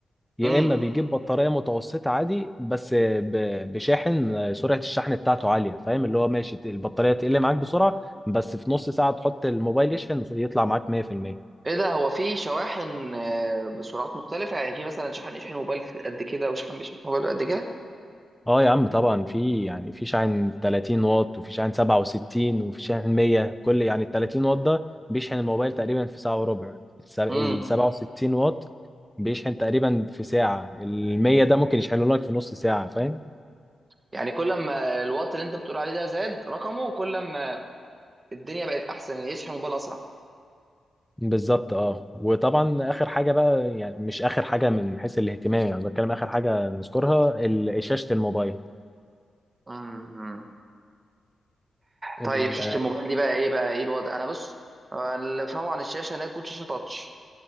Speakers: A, in the centre; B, on the right.
A: يا
B: امم
A: إما بيجيب بطارية متوسطة عادي بس ب... بشاحن آه، سرعة الشحن بتاعته عالية فاهم اللي هو ماشي البطارية تقل معاك بسرعة بس في نص ساعة تحط الموبايل يشحن يطلع معاك 100%
B: ايه ده هو في شواحن آه، بسرعات مختلفة يعني في مثلا شحن يشحن موبايل في قد كده وشحن بيشحن موبايل قد كده
A: اه يا عم طبعا في يعني في شاحن 30 واط وفي شاحن 67 وفي شاحن 100 كل يعني ال 30 واط ده بيشحن الموبايل تقريبا في ساعة وربع الس- ال
B: امم
A: 67 واط بيشحن تقريبا في ساعة ال 100 ده ممكن يشحنه لك في نص ساعة فاهم
B: يعني كل ما الوات اللي انت بتقول عليه ده زاد رقمه كل ما الدنيا بقت احسن ان يشحن موبايل اسرع
A: بالظبط اه وطبعا اخر حاجة بقى يعني مش اخر حاجة من حيث الاهتمام يعني بتكلم اخر حاجة نذكرها ال- شاشة الموبايل
B: امم
A: ال-
B: طيب شاشة الموبايل دي بقى ايه بقى ايه الوضع انا بص أنا اللي فاهمه عن الشاشة انها تكون شاشة تاتش